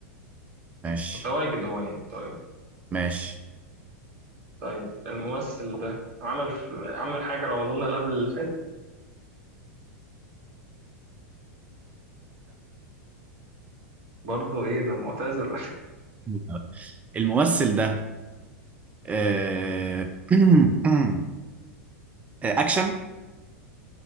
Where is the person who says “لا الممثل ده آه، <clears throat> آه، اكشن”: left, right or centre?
Right